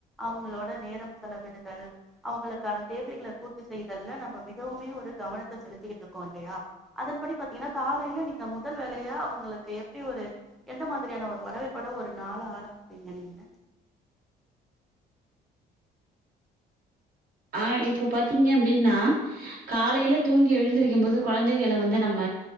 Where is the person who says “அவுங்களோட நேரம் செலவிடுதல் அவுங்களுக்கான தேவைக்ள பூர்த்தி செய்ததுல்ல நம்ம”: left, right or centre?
Centre